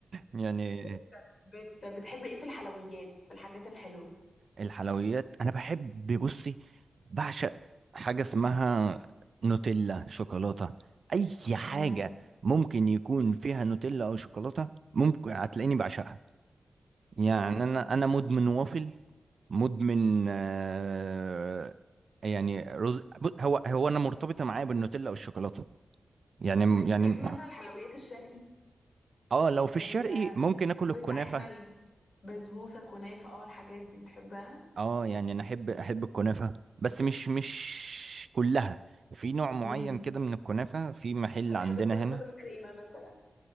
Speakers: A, on the right; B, on the left.
A: <laughs> يعني
B: استنى، بت... بتحب ايه في الحلويات الحاجات الحلوة
A: الحلويات انا بحب بصي بعشق حاجه اسمها نوتيلا شوكولاته اي حاجه
B: امم
A: ممكن يكون فيها نوتيلا او شوكولاته ممكن هتلاقيني بعشقها يعني
B: امم
A: انا انا مدمن وافل مدمن آه يعني رز ب- هو هو انا مرتبطه معايا بالنوتيلا او الشوكولاته يعني
B: طيب بتحب
A: يعني
B: مثلا الحلويات الشرقي
A: اه لو في
B: ال...
A: الشرقي ممكن اكل
B: بتاعتنا
A: الكنافه
B: البسبوسة كنافة اه الحاجات دي بتحبها
A: اه يعني انا احب احب الكنافه بس مش مش كلها في نوع معين
B: امم
A: كده من الكنافه في محل
B: أنا
A: عندنا
B: بحب الكنافة
A: هنا
B: بالكريمة مثلا